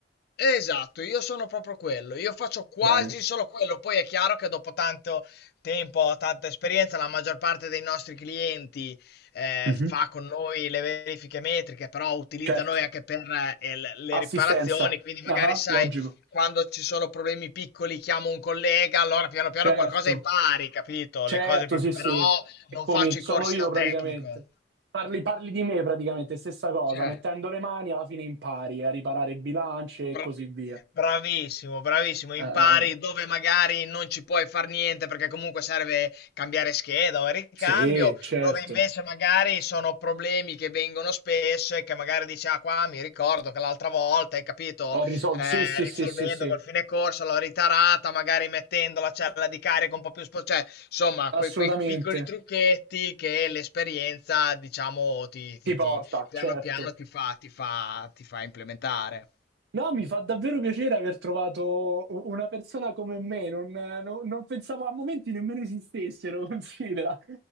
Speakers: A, on the left; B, on the right.
A: Esatto, io sono proprio quello, io faccio quasi
B: Bene.
A: solo quello, poi è chiaro che dopo tanto tempo, tanta esperienza, la maggior parte dei nostri clienti eh,
B: Mhm.
A: fa con noi le verifiche metriche, però utilizza
B: Certo,
A: noi anche per eh, il- le
B: assistenza.
A: riparazioni, quindi magari
B: Ah,
A: sai,
B: logico.
A: quando ci sono problemi piccoli chiamo un collega, allora piano piano
B: Certo,
A: qualcosa impari, capito?
B: certo,
A: Le cose più...
B: sì, sì.
A: però
B: Eccomi,
A: non faccio
B: sono
A: i corsi
B: io
A: da
B: praticamente.
A: tecnico.
B: Parli, parli di me praticamente, stessa cosa.
A: Cioè.
B: Mettendo le mani alla fine impari a riparare bilance e
A: Bra
B: così via.
A: bravissimo, bravissimo. Impari
B: Eh, eh, eh.
A: dove magari non ci puoi far niente perché comunque serve cambiare scheda o il ricambio,
B: sì, certo.
A: dove invece magari sono problemi che vengono spesso e che magari dici, ah qua mi ricordo che l'altra volta, hai capito,
B: Ho risolto.
A: eh,
B: Sì, sì, sì,
A: risolvendo
B: sì, sì.
A: col fine corso l'ho ritarata, magari mettendo la cella di carico un po' più spo- cioè, insomma,
B: Assolutamente.
A: que- quei piccoli trucchetti che l'esperienza, diciamo, ti, ti-
B: Ti porta,
A: ti- piano
B: certo.
A: piano ti fa, ti fa, ti fa implementare.
B: No, mi fa davvero piacere aver trovato u- una persona come me, non, non- non pensavo a momenti nemmeno esistessero, <laughs> considera.